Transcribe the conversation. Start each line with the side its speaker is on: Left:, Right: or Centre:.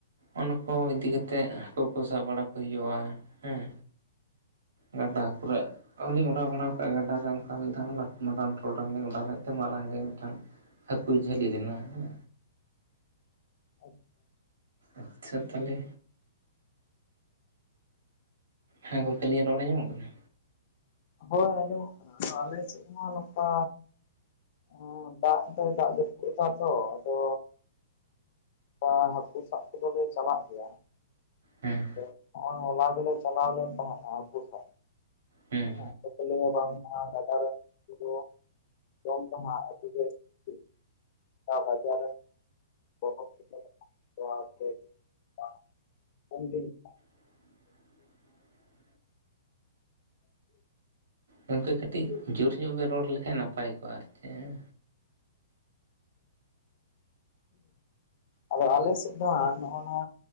Right: ᱚᱱᱟ ᱠᱚ ᱤᱫᱤ ᱠᱟᱛᱮ ᱛᱮᱜ ᱦᱟᱹᱠᱩ ᱠᱚ ᱥᱟᱵ ᱵᱟᱲᱟ ᱠᱚ ᱦᱩᱭᱩᱜᱼᱟ ᱦᱮᱸ ᱜᱟᱰᱟ ᱠᱚᱨᱮ ᱟᱨᱞᱤᱧ ᱚᱰᱟᱣ ᱵᱟᱲᱟ ᱠᱟᱜᱼᱟ ᱜᱟᱰᱟᱨᱮ ᱚᱱᱠᱟ ᱢᱤᱫ ᱫᱷᱟᱣ ᱢᱟᱨᱟᱝ ᱴᱚᱨᱚᱰᱟᱝ ᱞᱤᱧ ᱚᱰᱟᱣ ᱞᱮᱫ ᱛᱮ ᱢᱟᱨᱟᱝ ᱜᱮ ᱢᱤᱫᱴᱟᱝ ᱦᱟᱹᱠᱩᱭ ᱡᱷᱟᱹᱞᱤ ᱞᱮᱱᱟ ᱦᱮᱸ
Left: ᱟᱪᱪᱷᱟ
Right: ᱟᱪᱪᱷᱟ ᱛᱟᱦᱚᱞᱮ ᱦᱮᱸ ᱜᱚᱝᱠᱮ ᱟᱹᱞᱤᱧᱟ ᱨᱚᱲ ᱟᱸᱡᱚᱢᱚᱜ ᱠᱟᱱᱟ
Left: ᱦᱳᱭ ᱟᱸᱡᱚᱢᱚᱜ ᱠᱟᱱᱟ ᱟᱫᱚ ᱟᱞᱮ ᱥᱮᱫ ᱢᱟ ᱱᱚᱝᱠᱟ ᱦᱮᱸ ᱫᱟᱜ ᱫᱚᱭ ᱫᱟᱜ ᱡᱟᱹᱯᱩᱫ ᱫᱟ ᱛᱚ ᱟᱫᱚ ᱦᱮᱸ ᱦᱟᱹᱠᱩ ᱥᱟᱵ ᱠᱚᱫᱚ ᱞᱮ ᱪᱟᱞᱟᱜ ᱜᱮᱭᱟ ᱾
Right: ᱦᱮᱸ ᱾
Left: ᱞᱟᱹᱭ ᱫᱟᱹᱧ ᱱᱚᱜᱼᱚᱭ ᱦᱚᱞᱟ ᱜᱮᱞᱮ ᱪᱟᱞᱟᱣ ᱞᱮᱱ ᱛᱟᱦᱮᱸ ᱦᱟᱸᱜ ᱦᱟᱹᱠᱩ ᱠᱚ᱾
Right: ᱦᱮᱸ
Left: ᱦᱮᱸᱪᱮᱠ ᱠᱚ ᱞᱟᱹᱭᱟ ᱵᱟᱝ ᱢᱟ ᱜᱟᱰᱟᱨᱮᱱ ᱦᱟᱹᱠᱩ ᱡᱚᱢ ᱛᱮᱦᱚᱸ ᱟᱹᱰᱤ ᱜᱮ ᱥᱤᱵᱤᱞ ᱟᱨ ᱵᱟᱡᱟᱨ ᱨᱮᱱ <unintelligible>
Right: <inaudible> ᱜᱚᱝᱠᱮ ᱠᱟᱹᱴᱤᱡ ᱡᱳᱨ ᱧᱚᱜ ᱵᱮᱱ ᱨᱚᱲ ᱞᱮᱠᱷᱟᱡ ᱱᱟᱯᱟᱭ ᱠᱚᱜᱼᱟ ᱟᱨ ᱪᱮᱫ ᱦᱮᱸ
Left: ᱟᱫᱚ ᱟᱞᱮ ᱥᱮᱫ ᱫᱚ ᱦᱟᱸᱜ ᱱᱚᱜᱼᱚᱭ ᱱᱟ